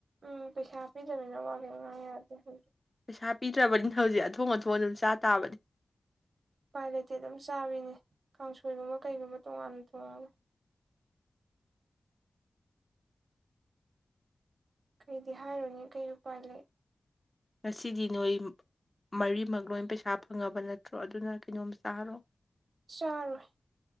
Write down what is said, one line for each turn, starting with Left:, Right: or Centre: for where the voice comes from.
Right: ꯎꯝ ꯄꯩꯁꯥ ꯄꯤꯗꯅꯤꯅ ꯋꯥ ꯀꯩ ꯉꯥ ꯌꯥꯗꯦ ꯍꯧꯖꯤꯛ
Left: ꯄꯩꯁꯥ ꯄꯤꯗ꯭ꯔꯕꯅꯤꯅ ꯍꯧꯖꯤꯛ ꯑꯊꯣꯡ ꯑꯊꯣꯡ ꯑꯗꯨꯝ ꯆꯥ ꯇꯥꯕꯅꯤ
Right: ꯎꯄꯥꯏ ꯂꯩꯇꯦ ꯑꯗꯨꯝ ꯆꯥꯔꯤꯅꯦ ꯀꯥꯡꯁꯣꯏꯒꯨꯝꯕ ꯀꯩꯒꯨꯝꯕ ꯇꯣꯉꯥꯟꯅ ꯇꯣꯉꯥꯟꯅ ꯀꯩꯗꯤ ꯍꯥꯏꯔꯨꯅꯤ ꯀꯩ ꯎꯄꯥꯏ ꯂꯩ
Left: ꯉꯁꯤꯗꯤ ꯅꯣꯏ ꯃꯔꯤꯃꯛ ꯂꯣꯏ ꯄꯩꯁꯥ ꯐꯪꯉꯕ ꯅꯠꯇ꯭ꯔꯣ ꯑꯗꯨꯅ ꯀꯩꯅꯣꯝ ꯆꯥꯔꯣ
Right: ꯆꯥꯔꯣꯏ